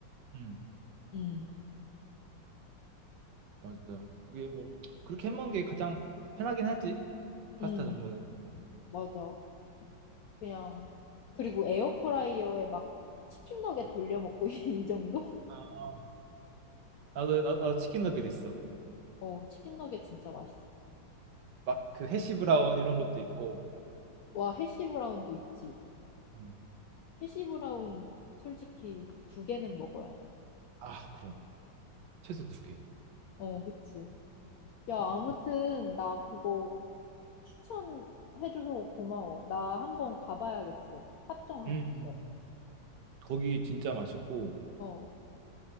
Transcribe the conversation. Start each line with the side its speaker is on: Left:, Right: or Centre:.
Right: 음.
Left: 음.
Right: 맞아. 그게 뭐 그렇게 해 먹는 게 가장 편하긴 하지. 파스타
Left: 음.
Right: 정도는.
Left: 맞아. 그냥 그리고 에어프라이어에 막 치킨 너겟 돌려 먹고 <laughs> 이 정도?
Right: 아, 나도 나, 나 치킨 너겟 있어.
Left: 어, 치킨 너겟 진짜 맛있어.
Right: 막 그 해시 브라운 이런 것도 있고.
Left: 와, 해시 브라운도 있지.
Right: 음.
Left: 해시 브라운 솔직히 두 개는 먹어야 돼.
Right: 아, 그럼 최소 두 개.
Left: 어, 그치. 야, 아무튼 나 그거 추천해줘서 고마워. 나 한번 가봐야겠어. 합정 갔을
Right: 음. 음.
Left: 때.
Right: 거기 진짜 맛있고
Left: 어.